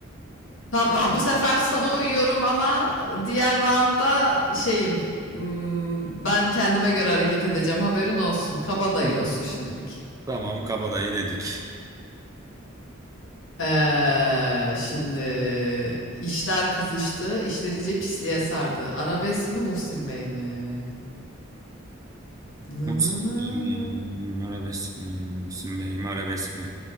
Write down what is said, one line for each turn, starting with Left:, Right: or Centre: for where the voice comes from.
Left: Tamam, bu sefer sana uyuyorum ama diğer roundda şeyim. hmm, ben kendime göre hareket edeceğim. Haberin olsun. Kabadayı
Right: Tamam.
Left: olsun şimdilik.
Right: Tamam Kabadayı dedik.
Left: Ee, şimdi işler kızıştı. İşler iyice pisliğe sardı. Arabesk mi Muhsin Bey mi? Nı
Right: Muhsin
Left: nı nı
Right: Bey
Left: nı.
Right: mi? Arabesk mi? Muhsin Bey mi? Arabesk mi?